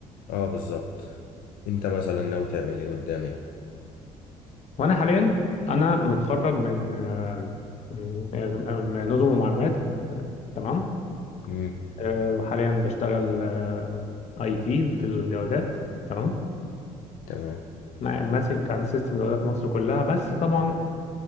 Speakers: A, on the left; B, on the left.
A: اه بالظبط انت مثلا ناوي تعمل ايه قدام يعني
B: وأنا حاليا أنا متخرج من آه، من- من نظم ومعلومات آه، تمام
A: امم
B: آه، وحاليا بشتغل آه، اي تي في الجوازات تمام
A: تمام
B: مع- ماسك كان سيستم جوازات مصر كلها بس طبعا